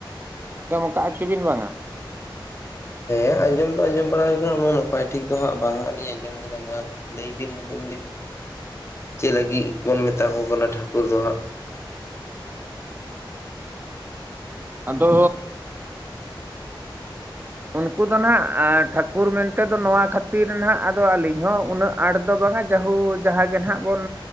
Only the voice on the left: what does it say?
ᱦᱮᱸ ᱟᱸᱡᱚᱢ ᱫᱚ ᱟᱸᱡᱚᱢ ᱵᱟᱲᱟ ᱦᱩᱭᱠᱟᱱᱟ ᱩᱱᱟᱜ ᱱᱟᱯᱟᱭ ᱴᱷᱤᱠ ᱫᱚ ᱦᱟᱸᱜ ᱵᱟᱝ ᱦᱟᱸᱜ ᱞᱤᱧ ᱟᱸᱡᱚᱢ ᱠᱟᱫᱟ ᱢᱟ᱾ ᱞᱟᱹᱭᱵᱤᱱ ᱟᱹᱵᱤᱱ ᱜᱮ? ᱪᱮ ᱞᱟᱹᱜᱤᱫ ᱵᱚᱱ ᱢᱮᱛᱟ ᱠᱚ ᱠᱟᱱᱟ ᱴᱷᱟᱹᱠᱩᱨ ᱫᱚ ᱦᱟᱸᱜ?